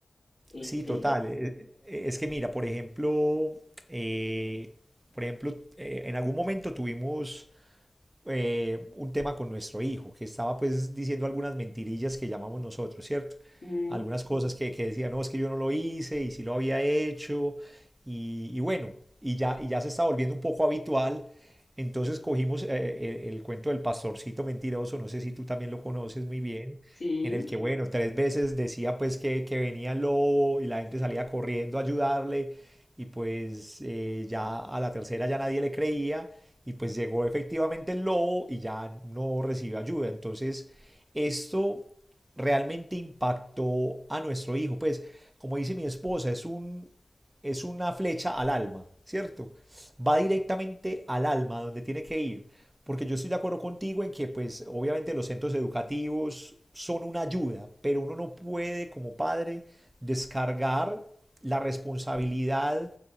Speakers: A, on the left; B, on the right.
A: Sí,
B: Sí,
A: Este,
B: total.
A: por-
B: Eh, eh, Es que mira, por ejemplo, eh, por ejemplo, eh, en algún momento tuvimos eh, un tema con nuestro hijo, que estaba pues diciendo algunas mentirillas que llamamos nosotros, ¿cierto?
A: mm,
B: Algunas cosas que, que decía, no, es que yo no lo hice y sí lo había hecho y, y bueno, y ya, y ya se está volviendo un poco habitual. Entonces cogimos eh, el, el cuento del pastorcito mentiroso, no sé si tú también lo conoces muy bien,
A: <laughs> sí,
B: en el que, bueno, tres veces decía pues que, que venía el lobo y la gente salía corriendo a ayudarle y pues eh, ya a la tercera ya nadie le creía y pues llegó efectivamente el lobo y ya no recibió ayuda. Entonces esto realmente impactó a nuestro hijo. Pues como dice mi esposa, es un es una flecha al alma, ¿cierto? Va directamente al alma, donde tiene que ir. Porque yo estoy de acuerdo contigo en que, pues, obviamente los centros educativos son una ayuda, pero uno no puede como padre descargar la responsabilidad